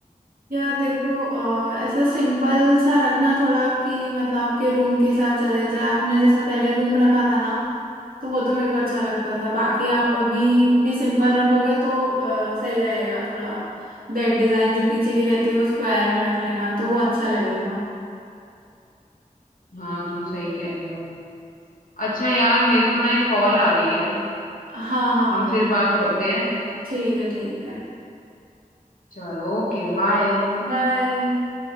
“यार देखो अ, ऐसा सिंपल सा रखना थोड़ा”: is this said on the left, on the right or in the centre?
Right